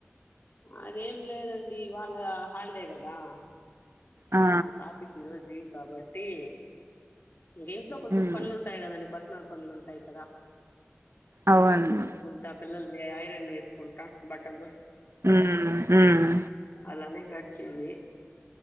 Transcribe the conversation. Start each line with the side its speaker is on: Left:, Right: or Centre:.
Left: అదేం లేదండి వాళ్ళ హాల్డే గదా.
Right: ఆ
Left: మా కాఫీ ఫరోజ్దీ కాబట్టి. ఇంగింట్లో కొంచెం
Right: ఉమ్
Left: పన్లుంటాయ్ గదండి ప. నల్ పన్లుంటయ్ కద.
Right: అవును
Left: ఇంకవి జూస్కుంట. పిల్లల్ది ఐ ఐరన్ వేసుకుంట బటన్లు.
Right: ఉమ్ ఉమ్
Left: అలానే గడ్చింది.